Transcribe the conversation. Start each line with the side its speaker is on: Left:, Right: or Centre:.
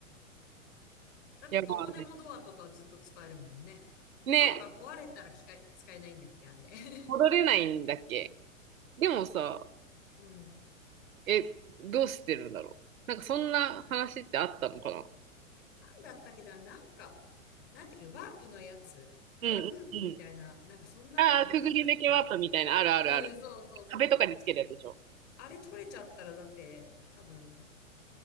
Left: だってどこでもドアとかずっと使えるもんね。
Right: いやまあね。ね、
Left: ドアが壊れたら機械使えないんだっけ、あれ。<laughs>
Right: 戻れないんだっけ。でもさ、
Left: うん。
Right: え、どうしてるんだろう。なんかそんな話ってあったのかな。
Left: だったっけな、なんか、なんだっけ、ワープのやつ、フラフープみたいな、
Right: うんうんうん。
Left: なんかそんなんなかったっけ
Right: ああ、くぐり抜けワープみたいな、あるあるある。
Left: うん、そうそうそう。
Right: 壁とかにつけるやつでしょ。
Left: あれ取れちゃったらだって、多分、